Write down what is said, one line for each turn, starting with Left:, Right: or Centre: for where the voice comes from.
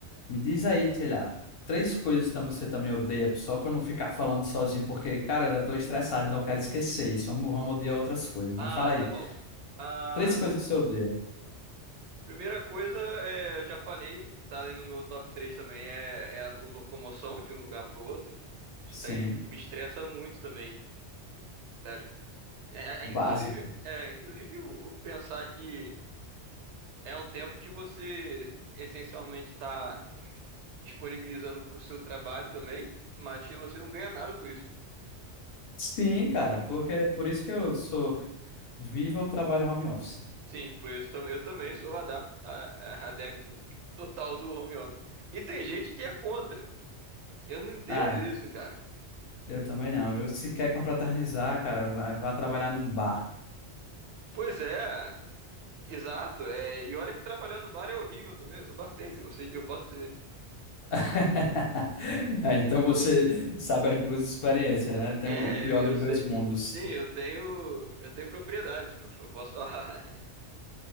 Left: Me diz aí, sei lá, três coisas que você também odeia, só para eu não ficar falando sozinho, porque, cara, eu já tô estressado, então eu quero esquecer isso. Vamos, vamos odiar outras coisas.
Right: Ah,
Left: Me fala aí,
Right: tá bom. A
Left: três coisas que você odeia.
Right: primeira coisa, é, eu já falei, que tá ali no meu top 3 também, é, é a locomoção de um lugar pro outro. Isso
Left: Sim,
Right: daí me estressa muito também, sério. É,
Left: básico.
Right: é, inclusive, é, inclusive o pensar que. É um tempo que você essencialmente está disponibilizando para o seu trabalho também, mas que você não ganha nada por isso.
Left: Sim, cara, porque por isso que eu sou vivo ou trabalho home office.
Right: Sim, por isso tam- eu também sou adap- a- a- adepto total do home office. E tem gente que é contra. Eu não entendo
Left: Ah, é.
Right: isso, cara.
Left: eu também não. Eu se quer confraternizar, cara, vá vá trabalhar num bar.
Right: Pois é, exato. é, e olha que trabalhar no bar é horrível também. Eu sou bartender, você, eu posso dizer.
Left: <laughs> Ah, Então você sabe as duas experiências, né? Tem
Right: É,
Left: o pior
Right: eu,
Left: dos
Right: eu sei.
Left: dois mundos.
Right: Sim, eu tenho, eu tenho propriedade. Eu eu posso falar. <laughs>